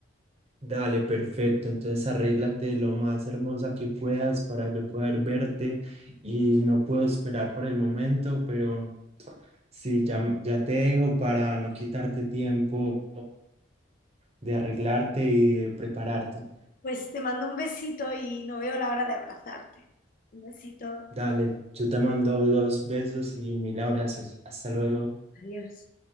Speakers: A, on the right; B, on the left.
A: Dale, perfecto. Entonces arréglate lo más hermosa que puedas para yo poder verte y no puedo esperar por el momento, pero sí, ya, ya te dejo para no quitarte tiempo de arreglarte y de prepararte.
B: Pues te mando un besito y no veo la hora de abrazarte. Un besito.
A: Dale, yo te mando dos besos y mil abrazos. Hasta luego.
B: Adiós.